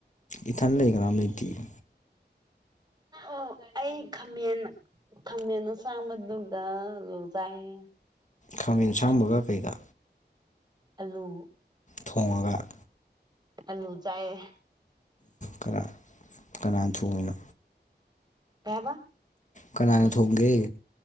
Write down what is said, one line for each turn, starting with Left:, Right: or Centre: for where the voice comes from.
Left: ꯏꯊꯟ ꯂꯩ ꯀꯅꯥꯝ ꯂꯩꯇꯤꯌꯦ
Right: ꯑꯣ ꯑꯩ ꯈꯝꯃꯦꯟ ꯈꯝꯃꯦꯟ ꯑ ꯁꯥꯡꯝꯕꯗꯨꯒ ꯑꯂꯣ ꯆꯥꯏꯌꯦ
Left: ꯈꯥꯃꯦꯟ ꯁꯥꯡꯕꯒ ꯀꯩꯀꯥ
Right: ꯑꯜꯂꯨ
Left: ꯊꯣꯡꯉꯒ
Right: ꯑꯜꯂꯨ ꯆꯥꯏꯌꯦ
Left: ꯀ ꯀꯅꯥ ꯊꯣꯡꯉꯤꯅꯣ
Right: ꯀꯩꯕ
Left: ꯀꯅꯥꯅ ꯊꯣꯡꯒꯦ